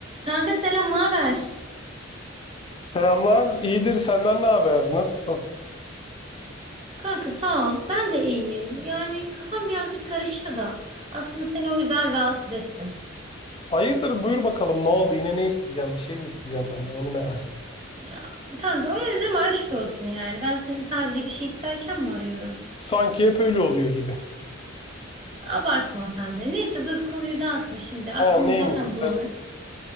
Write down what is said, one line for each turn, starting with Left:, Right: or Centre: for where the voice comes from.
Right: Kanka selam, ne haber?
Left: Selamlar, iyidir. Senden ne haber? Nasılsın?
Right: Kanka sağ ol. Ben de iyiyim. Yani kafam birazcık karıştı da. Aslında seni o yüzden rahatsız ettim.
Left: Hayırdır, buyur bakalım. Ne oldu? Yine ne isteyeceğim? Bir şey mi isteyeceğim benden? Onu merak ettim.
Right: Ya kanka öyle deme aşk olsun yani. Ben seni sadece bir şey isterken mi arıyorum?
Left: Sanki hep öyle oluyor gibi.
Right: Abartma sen de. Neyse dur konuyu dağıtma şimdi. Aklım
Left: Ha, neymiş?
Right: zaten bulanık.
Left: Söyle.